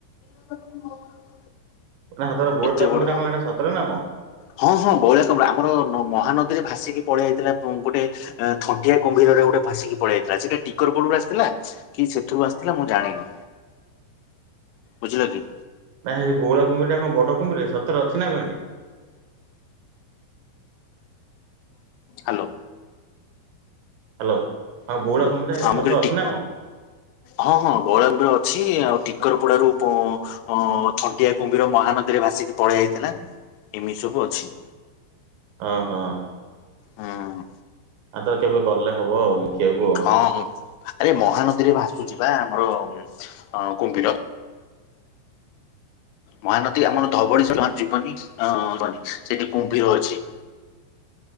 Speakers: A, on the left; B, on the right.
A: <unintelligible>
B: ନା ସତରେ ବଉଳା
A: ଏତେ
B: କୁମ୍ଭୀର
A: ବଡ।
B: କଣ ସତରେ ନା କଣ?
A: ହଁ ହଁ ବ‌ଉଳା କୁମ୍ଭୀର ଆମର ହାନଦୀରେ ଭାସିକି ପଳେଇଆଇଥିଲା ଗୋଟେ ନାଁ ଥଣ୍ଟିଆ କୁମ୍ଭୀରଟେ ଗୋଟେ ଭାସିକି ପଳେଇଆଇଥିଲା ସେଟା ଟିକର ପୁରୁ ଆସି ଥିଲା କି ସେଥିରୁ ଆସିଥିଲା ମୁଁ ଜାଣିନି ବୁଝିଲ କି?
B: ନାହିଁରେ ବଉଳା କୁମ୍ଭୀରଟା କଣ ବଡ଼ କୁମ୍ଭୀରଟା ସତରେ ଅଛି ନା କଣ ଏଠି?
A: ହାଲୋ।
B: ହାଲୋ ହଁ
A: ହ୍ୟାଲୋ
B: ବ‌ଉଳା କୁମ୍ଭିର ସେଇଟି
A: ହଁ ମୁଁ
B: ସତ
A: କହିଲି
B: ଅଛି
A: ଟି
B: ନା କଣ?
A: ହଁ ହଁ ବଉଳା କୁମ୍ଭିର ଅଛି ଆଉ ଟିକର ପଡାରୁ ପୋ ହଁ ଥଣ୍ଟିଆ କୁମ୍ଭିର ମହାନଦୀରେ ଭାସିକି ପଳେଇଆଇଥିଲା ଏମିତି ସବୁ ଅଛି।
B: ହଁ ହଁ।
A: ହଁ।
B: ଆତ କେବେ ଗଲେ ହବ ଆ‌ଉ ଦେଖିଆଉ
A: ଓହଁ ଆରେ ମହାନଦୀରେ ଭସୁଛି ବା ଆମର ଅ କୁମ୍ଭୀର। ମହାନଦୀ ଆମର ଧବଳିଶ୍ୱର୍ ଜୀବନୀ ଅ ମନି ସେଠି କୁମ୍ଭୀର ଅଛି।